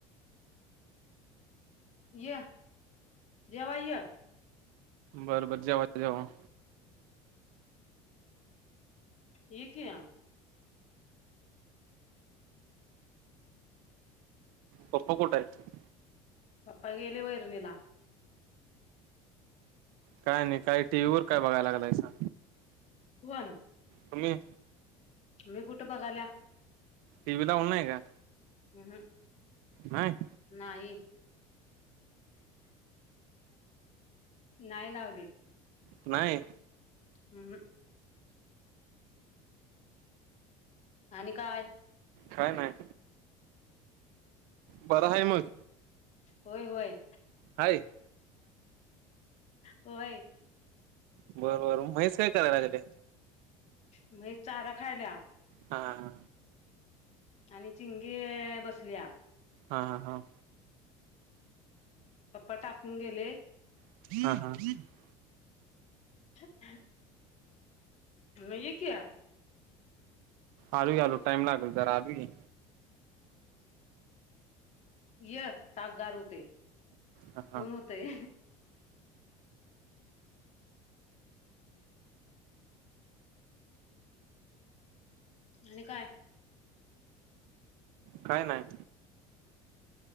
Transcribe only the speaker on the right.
बर बर जेवायचे, जेवा.
पप्पा कुठे आहे?
काय आणि काय टीव्ही वर काय बघायला लागलायसा.
तुम्ही.
टीव्ही लावला नाही का?
नाही?
नाही?
काय नाय बर हाय मग
हाय
बर बर म्हैस काय करायला लागल्या?
हा हा
हा हा हा
हम् ह ह
आलू की आलू टाइम लागेल जरा आलू की
हा हा
काय न्हाय